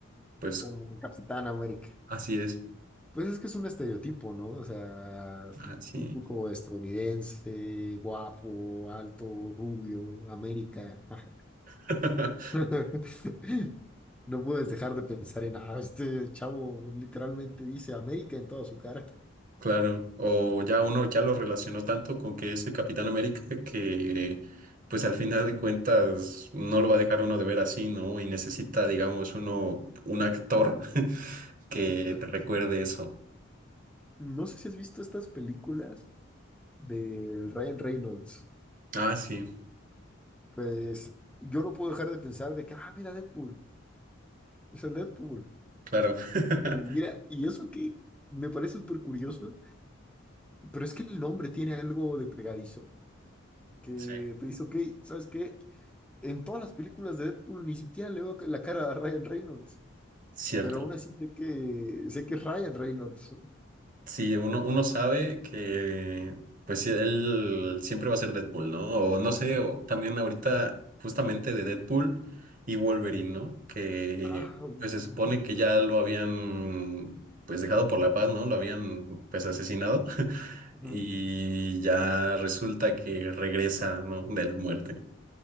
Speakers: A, on the right (about 40°); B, in the centre.
A: pues
B: como Capitán América.
A: así es,
B: Pues es que es un estereotipo, ¿no? O sea,
A: así.
B: típico estadounidense, guapo, alto, rubio, América. jaja.
A: <laughs>
B: <laughs> No puedes dejar de pensar en, ah, este chavo literalmente dice América en toda su cara.
A: Claro, o ya uno ya lo relacionó tanto con que es el Capitán América que pues al final de cuentas no
B: Sí,
A: lo va a dejar uno de ver así, ¿no? Y necesita, digamos, uno, un actor <laughs> que
B: exacto,
A: te recuerde
B: sí.
A: eso.
B: No sé si has visto estas películas del Ryan Reynolds.
A: Ah, sí,
B: Pues yo no puedo dejar de pensar de que, ah, mira Deadpool, es el Deadpool.
A: claro. <laughs>
B: Y que mira, y eso que me parece súper curioso, pero es que el nombre tiene algo de pegadizo, que
A: Sí.
B: te dice, ok, ¿sabes qué? En todas las películas de Deadpool ni siquiera le veo la cara a Ryan Reynolds,
A: Cierto.
B: pero aún así sé que, sé que es Ryan Reynolds.
A: Sí, uno, uno sabe que, pues sí, él siempre va a ser Deadpool, ¿no? O no sé, o
B: <laughs>
A: también ahorita justamente de Deadpool y Wolverine, ¿no? Que
B: Ah, oye,
A: pues
B: sí,
A: se supone
B: tú viste
A: que
B: esa
A: ya
B: película.
A: lo habían, pues dejado por la paz, ¿no? Lo habían, pues asesinado <laughs>
B: Ujú.
A: y ya resulta que regresa, ¿no? De la muerte.